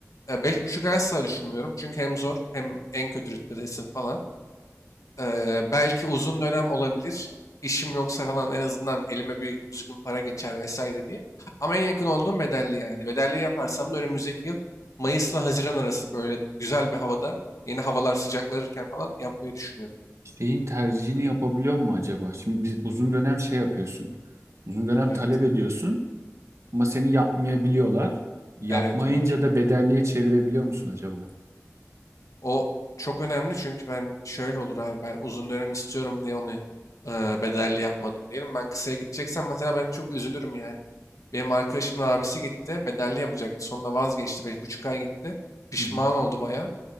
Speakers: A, on the left; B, on the right.
A: E, Beş buçuk asla düşünmüyorum. Çünkü hem zor hem en kötü rütbedesin falan. E, belki uzun dönem olabilir. İşim yoksa falan en azından elime bir düzgün para geçer vesaire diye. Ama en yakın olduğum bedelli yani. Bedelli yaparsam da önümüzdeki yıl Mayıs'la Haziran arası böyle güzel bir havada yeni havalar sıcaklanırken falan yapmayı düşünüyorum.
B: Şeyin tercihini yapabiliyor mu acaba? Şimdi biz uzun dönem şey yapıyorsun. Uzun dönem
A: Evet.
B: talep ediyorsun ama seni yapmayabiliyorlar. Yapmayınca
A: Evet o var.
B: da
A: Evet.
B: bedelliye çevirebiliyor musun acaba?
A: O çok önemli çünkü ben şöyle olur abi ben uzun dönem istiyorum diye onu e, bedelli yapmadım diyelim. Ben kısaya gideceksem mesela ben çok üzülürüm yani. Benim arkadaşımın abisi gitti bedelli yapacaktı. sonunda vazgeçti beş buçuk ay gitti. Pişman
B: Hı hı.
A: oldu baya.